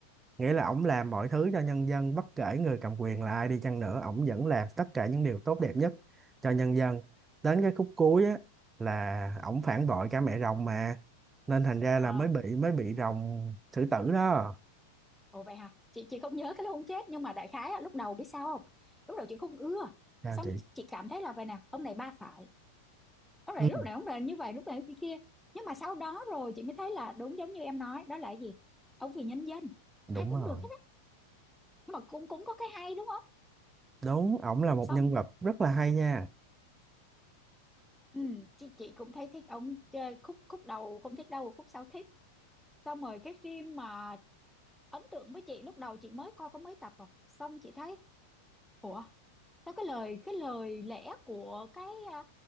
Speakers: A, on the right (about 15°); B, in the centre.
A: nghĩa là ổng làm mọi thứ cho nhân dân bất kể người cầm quyền là ai đi chăng nữa ổng vẫn làm tất cả những điều tốt đẹp nhất cho nhân dân đến cái khúc cuối á là ổng phản bội cả mẹ rồng mà nên thành ra là
B: ờ
A: mới bị mới bị rồng xử tử đó
B: Ồ vậy hả? Chị chị không nhớ cái lúc ông chết nhưng mà đại khái á, lúc đầu biết sao không? Lúc đầu chị không ưa.
A: sao
B: Xong
A: chị
B: chị cảm thấy là vậy nè, ông này ba phải. Ông này
A: ừ.
B: lúc nào cũng là như vậy, lúc nào cũng kia kia. Nhưng mà sau đó rồi chị mới thấy là đúng giống như em nói, đó là cái gì? Ông vì nhân dân,
A: đúng
B: ai cũng
A: rồi
B: được hết á. Nhưng mà cũng cũng có cái hay đúng không?
A: đúng ổng là một
B: Xong
A: nhân vật rất là hay nha
B: ừ, chị chị cũng thấy thích ông chơi khúc khúc đầu không thích đâu, khúc sau thích. Xong rồi cái phim mà ấn tượng với chị lúc đầu chị mới coi có mấy tập à. Xong chị thấy ủa nó cái lời cái lời lẽ của cái à,